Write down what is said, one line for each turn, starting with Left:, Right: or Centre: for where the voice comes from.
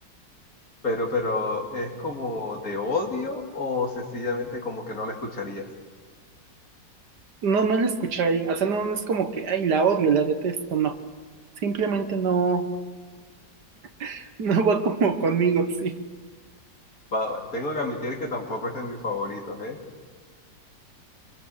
Left: <laughs> pero, pero, ¿es como de odio o sencillamente como que no lo escucharías?
Right: No, no la escucharía. O sea, no, no es como que, ay, la odio, la detesto, no. Simplemente no, <laughs> no va como conmigo, sí.
Left: Va, va, tengo que admitir que tampoco es de mis favoritos, ¿eh?